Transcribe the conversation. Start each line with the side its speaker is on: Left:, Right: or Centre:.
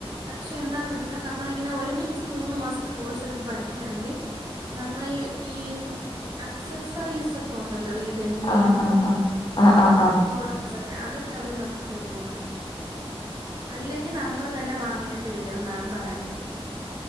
Right: പക്ഷെ എന്താന്ന് വെച്ചാ നമ്മളിങ്ങനെ ഒരുമിച്ച് മൂന്ന് മാസത്തെ കോഴ്സ് എടുത്ത് പഠി ക്യാണെങ്കി നമ്മളയ് ഈ ആക്സസ് സർവീസ് ഒക്കെ ഉൺ ട്ടല്ലോ ഈ ഡമ്മിയുംആ
Left: ആഹ് ആഹ് ആഹ് ആഹ് ആഹ് ആഹ് ആഹ് ആഹ്
Right: പ്രോഡക്ട്സെക് ക്കെ അതൊക്കെ അവര് നമുക്ക് തരോന്ന് അല്ലെങ്കിൽ നമ്മള് തന്നെ വാങ്ങേണ്ടി വരോന്നാണ് പറഞ്ഞ